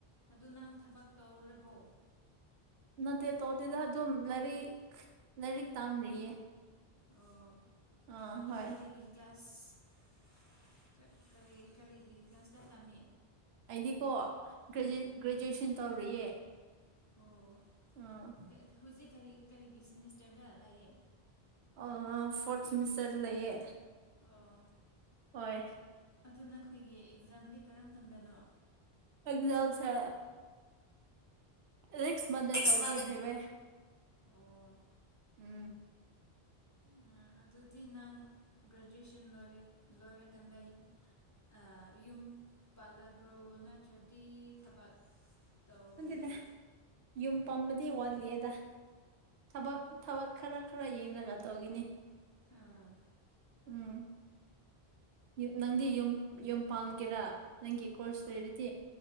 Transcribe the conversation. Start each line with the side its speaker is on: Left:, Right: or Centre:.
Left: ꯑꯗꯨ ꯅꯪ ꯊꯕꯛ ꯇꯧꯔꯕꯣ
Right: ꯅꯠꯇꯦ ꯇꯧꯗꯦꯗ ꯑꯗꯨꯝ ꯂꯥꯏꯔꯤꯛ ꯂꯥꯏꯔꯤꯛ ꯇꯝꯔꯤꯌꯦ
Left: ꯑꯣ
Right: ꯑꯥ
Left: ꯑꯗꯨ
Right: ꯍꯣꯏ
Left: ꯀꯔꯤꯒꯤ ꯀ꯭ꯂꯥꯁ ꯀꯔꯤ ꯀꯔꯤꯒꯤ ꯀ꯭ꯂꯥꯁꯇ ꯇꯝꯃꯤ
Right: ꯑꯩꯗꯤꯀꯣ ꯒ꯭ꯔꯦꯖꯨ
Left: ꯎꯝ
Right: ꯒ꯭ꯔꯦꯖꯨꯑꯦꯁꯟ ꯇꯧꯔꯤꯌꯦ
Left: ꯑꯣ
Right: ꯑꯥ
Left: ꯀꯩ ꯍꯧꯖꯤꯛ ꯀꯔꯤ ꯀꯔꯤꯒꯤ ꯁꯤꯃꯤꯁꯇꯔꯗ ꯂꯩꯌꯦ
Right: ꯑ ꯐꯣꯔꯠ ꯁꯦꯃꯤꯁꯇꯔꯗ ꯂꯩꯌꯦ
Left: ꯑꯣ
Right: ꯍꯣꯏ
Left: ꯑꯗꯨ ꯅꯈꯣꯏꯒꯤ ꯑꯦꯛꯖꯥꯝꯗꯤ ꯀꯔꯝ ꯀꯥꯟꯗꯅꯣ
Right: ꯑꯦꯛꯖꯥꯝꯁꯦ ꯔꯤꯛꯁ ꯃꯟꯗꯦ
Left: ꯅꯦꯛꯁ
Right: ꯇꯧꯒꯦ
Left: ꯃꯟꯗ
Right: ꯍꯥꯏꯕꯦ
Left: ꯑꯣ
Right: ꯎꯝ
Left: ꯎꯝ ꯑꯗꯨꯗꯤ ꯅꯪ ꯒ꯭ꯔꯦꯖꯨꯑꯦꯁꯟ ꯂꯣꯏꯔ ꯂꯣꯏꯔꯀꯥꯟꯗ ꯑ ꯌꯨꯝ ꯄꯥꯜꯂꯕ꯭ꯔꯣ ꯅꯠꯇ꯭ꯔꯗꯤ ꯊꯕꯛ ꯇꯧꯒꯦ
Right: ꯈꯪꯗꯦꯗ ꯌꯨꯝ ꯄꯝꯕꯗꯤ ꯋꯥꯠꯂꯤꯌꯦꯗ ꯊꯕꯛ ꯊꯕꯛ ꯈꯔ ꯈꯔ ꯌꯦꯡꯔꯒ ꯇꯧꯒꯤꯅꯤ
Left: ꯑꯥ
Right: ꯎꯝ ꯌꯨꯝ ꯅꯪꯗꯤ ꯌꯨꯝ ꯌꯨꯝ ꯄꯥꯟꯒꯦꯔꯥ ꯅꯪꯒꯤ ꯀꯣꯔꯁ ꯂꯣꯏꯔꯗꯤ